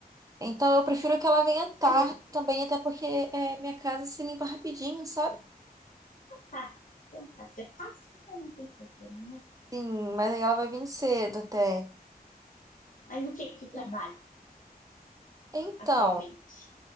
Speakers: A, on the right (about 20°); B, on the left (about 55°).
A: Então, eu prefiro que ela venha tarde
B: mas eu...
A: também, até porque eh, minha casa se limpa rapidinho, sabe?
B: Tá, então tá. Se é fácil, então não tem problema, né?
A: Sim, mas aí ela vai vir cedo até.
B: Mas no que que tu
A: E-
B: trabalha
A: Então,
B: atualmente?